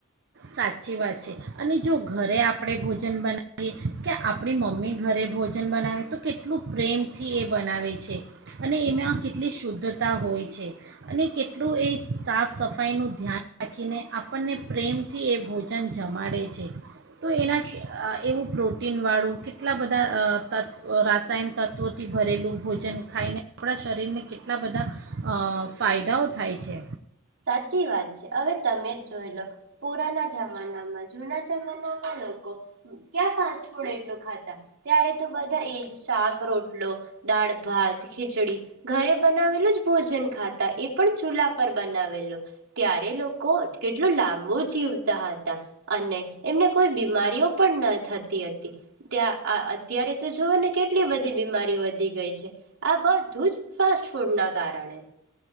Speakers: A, on the right; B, on the right.
A: સાચી વાત છે, અને જો ઘરે આપણે ભોજન બનાવીએ કે આપણી મમ્મી ઘરે ભોજન બનાવીએ, તો કેટલું પ્રેમથી એ બનાવે છે, અને એમાં કેટલી શુદ્ધતા હોય છે, અને કેટલું એ સાફ સફાઈનું ધ્યાન રાખીને આપણને પ્રેમ થી એ ભોજન જમાડે છે, તો એના અ એવું પ્રોટીનવાળું કેટલા બધા અ તત્વ રાસાયણ તત્વોથી ભરેલું ભોજન ખાઈને આપણા શરીરને કેટલા બધા અ ફાયદાઓ થાય છે.
B: સાચી વાત છે, હવે તમે જ જોઈ લો પુરાના જમાનામાં જુના જમાનામાં લોકો ક્યાં ફાસ્ટ ફૂડ એટલું ખાતા, ત્યારે તો બધા એજ શાક રોટલો, દાળ ભાત, ખિચડી ઘરે બનાવેલુ જ ભોજન ખાતા, એ પણ ચૂલા પર બના વેલુ, ત્યારે લોકો કેટલું લાંબુ જીવતા હતા. અને એમને કોઈ બીમારીઓ પણ ન થતી અતી, ત્યાં અ આ અત્યારે તો જોઓને કેટલી બધી બીમારી વધી ગઈ છે, આ બધું જ ફાસ્ટ ફૂડ ના કારણે.